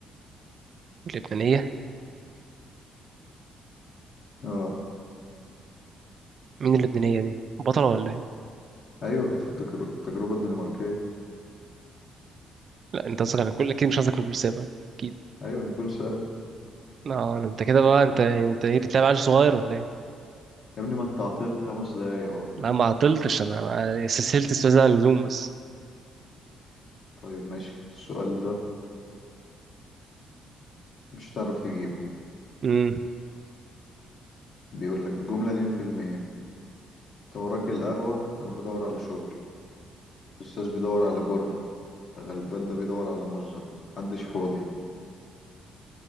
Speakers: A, on the right; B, on the left.
A: اللبنانيه
B: اه
A: مين اللبنانيه دي بطله ولا ايه
B: ايوه كانت في التجر- التجربه الدنماركيه
A: لا انت قصدك على كل اكيد مش قصدك على كل سابا اكيد
B: ايوه نيكول ساب
A: اه انت كده بقى انت يعني انت ايه بتلعب عيل صغير ولا ايه
B: يا ابني ما انت عطلت خمس دقايق اهو
A: لا ما عطلتش انا استسهلت استاذ عن اللزوم بس
B: طيب ماشي السؤال ده مش هتعرف تجيبه
A: امم
B: بيقول لك الجمله دي من فيلم ايه انت وراك القهوه انا بدور على شغل الاستاذ بيدور على جنحه غلبان ده بيدور على مزه محدش فاضي